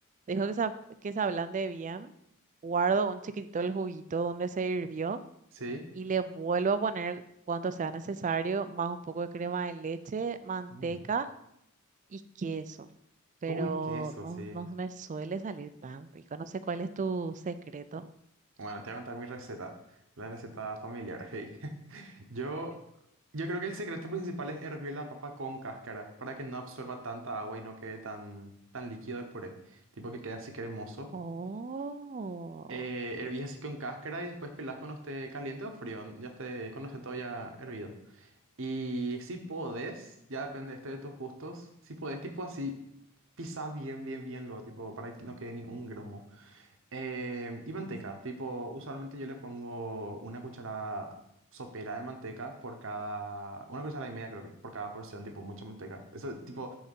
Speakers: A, on the right; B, on the right.
A: dejo que se, ab- que se ablande bien, guardo un chiquitito el juguito donde se hirvió
B: Sí.
A: y le vuelvo a poner cuanto sea necesario, más un poco de crema de leche, manteca
B: Mm.
A: y queso. Pero
B: Uy, queso,
A: no,
B: sí.
A: no me suele salir tan rico. No sé cuál es tu secreto.
B: Bueno, te voy a contar mi receta, la receta familiar. Hey. <laughs> Yo, yo creo que el secreto principal es hervir la papa con cáscara para que no absorba tanta agua y no quede tan, tan líquido el puré, tipo que quede así cremoso.
A: Oh.
B: Eh, hervís así con cáscara y después pelás cuando esté caliente o frío, ya esté, cuando esté todo ya hervido. Y si podés, ya depende este de tus gustos, si podés tipo así, pisá bien, bien, bien lo, tipo para que no quede ningún grumo. Eh, y manteca, tipo, usualmente yo le pongo una cuchara sopera de manteca por cada, una cuchara y media creo que, por cada porción, tipo, mucha manteca. Eso, tipo,